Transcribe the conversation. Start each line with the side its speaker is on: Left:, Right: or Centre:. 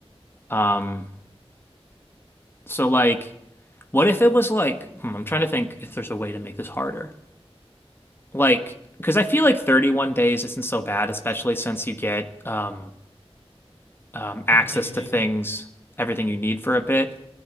Left: Um, so like. What if it was like, hmm, I'm trying to think if there's a way to make this harder. Like, because I feel like 31 days isn't so bad, especially since you get um, um,
Right: everything
Left: access
Right: you need,
Left: to things, everything you need for a bit.